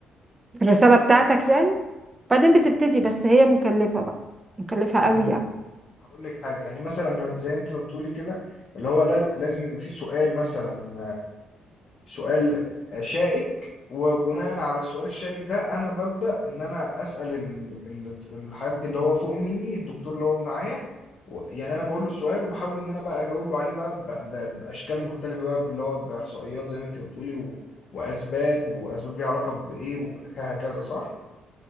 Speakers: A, on the right; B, on the left.
A: في الرسالة بتاعتك يعني بعدين بتبتدي بس هي مكلفة بقى مكلفة قوي
B: يعني
A: يعني
B: هقول لك حاجه يعني مثلا زي انت ما بتقولي كده اللي هو لا- لازم يبقى في سؤال مثلا سؤال شائك وبناء على السؤال الشائك ده انا ببدأ ان انا اسأل ال- ال- الحد اللي هو فوق مني الدكتور اللي هو معايا و- يعني انا بقول له السؤال وبحاول ان انا بقى اجاوب له عليه بقى ب- ب- باشكال مختلفة بقى اللي هو باحصائيات زي ما انت بتقولي و... واسباب واسباب ليها علاقة بايه وهكذا صح